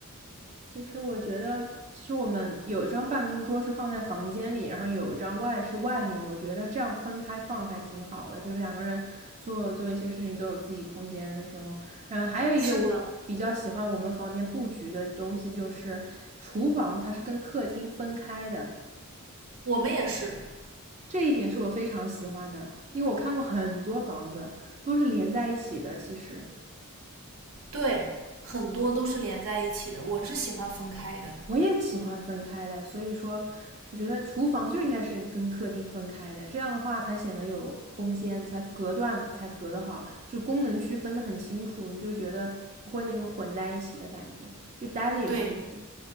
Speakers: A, on the right; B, on the right.
A: 其实我觉得，其实我们有一张办公桌是放在房间里，然后有一张外是外面。我觉得这样分开放还挺好的，就是两个人做做一些事情都有自己空间的时候。然后还有一个我比较喜欢我们房间布局的东西，
B: 是的，
A: 就是厨房它是跟客厅分开的。
B: 我们也是，
A: 这一点是我非常喜欢的，因为我看过很多房子都是连在一起的。其实
B: 对，很多都是连在一起的，我是喜欢分开的。
A: 我也喜欢分开的，所以说我觉得厨房就应该是跟客厅分开的，这样的话才显得有空间，才隔断才隔得好，就功能区分得很清楚，你就觉得不会那种混在一起的感觉，就待着也舒服。
B: 对，